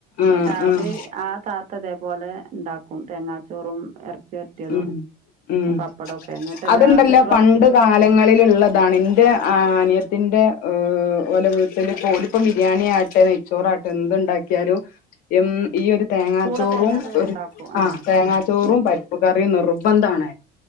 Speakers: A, on the right; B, on the left.
A: എന്നിട്ട്
B: ആഹ്
A: അത്
B: ആഹ് ആഹ്
A: ആ താത്തതേപോലെ ഉണ്ടാക്കും തേങ്ങാച്ചോറും എറച്ചി വരട്ടിയതും
B: ഉം ഉം
A: പപ്പടൊക്കെ എനിട്ട് എല്ലാ
B: അതുണ്ടല്ലോ
A: കുട്ട്യാളോ
B: പണ്ട് കാലങ്ങളിൽ ഇള്ളതാണ് ഇന്റെ അനിയത്തിന്റെ ഓലെ വീട്ടിലും പോലും ഇപ്പൊ ബിരിയാണി ആട്ടെ നെയച്ചോറാട്ടെ എന്തു ഉണ്ടാക്കിയാലും എന്ത് ഈ ഒരു തേങ്ങാച്ചോറും
A: കൂടെ തേങ്ങാ ചോറുണ്ടാക്കും
B: ഒരു ആ
A: ആഹ്
B: തേങ്ങാച്ചോറും പരിപ്പ് കറിയും നിർബന്ധ ആണ്